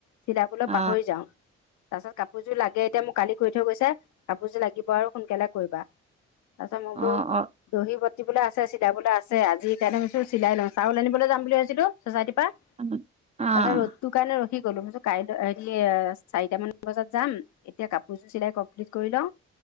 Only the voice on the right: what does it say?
অ
অ অ
অ অ